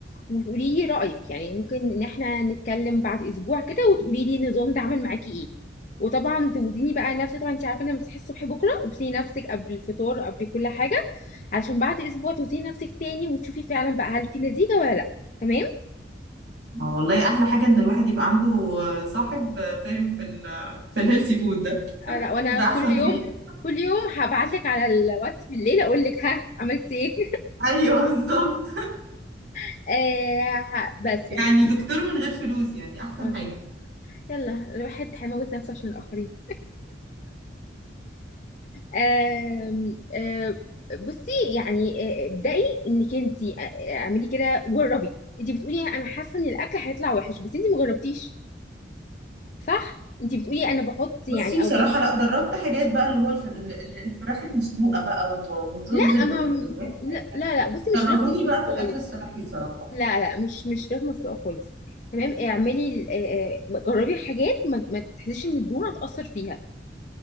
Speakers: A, on the left; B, on the right.
A: وتقولي لي رايك يعني ممكن ان احنا نتكلم بعد اسبوع كده وتقولي لي النظام ده عامل معاكي ايه وطبعا توزني بقى نفسك طبعا انت عارفه ان أنا بصحي الصبح بكره وتوزني نفسك قبل الفطار قبل كل حاجه علشان بعد اسبوع توزني نفسك تاني وتشوفي فعلا بقى هل في نتيجه ولا لا تمام
B: والله احلى حاجه ان الواحد يبقى عنده آه، صاحب آه، فاهم في ال في الهيلثي فود ده
A: آه، لا وانا
B: ده احسن
A: كل يوم
B: حاجه
A: كل يوم هبعت لك على الواتس بالليل اقول لك ها عملتي ايه
B: ايوه بالظبط
A: <laughs> آه ه- بس
B: يعني دكتور من غير فلوس يعني احسن
A: اه شوف
B: حاجة
A: يلا الواحد هيموت نفسه عشان الآخرين آم، آم، بصي يعني آه، ابدأي انك انت آه، آه، اعملي كده جربي انت بتقولي انا حاسة ان الاكل هيطلع وحش بس انت ما جربتيش صح انت بتقولي انا بحط يعني
B: بصي بصراحة
A: او بستخدم
B: لا جربت حاجات بقى اللي هو الف- ال- ال- الفراخ المسلوقة بقى و- والرز
A: لا
B: اللي
A: ما
B: من غير
A: لا
B: حاجة
A: لا لا، بصي مش
B: كرهوني
A: فراخ مسلوقة
B: بقى في
A: خالص
B: الأكل الصحي بصراحة
A: لا لا مش مش فراخ مسلوقة خالص تمام اعملي ال- آه، آه، جربي حاجات ما ما تحسيش ان الدهون هتأثر فيها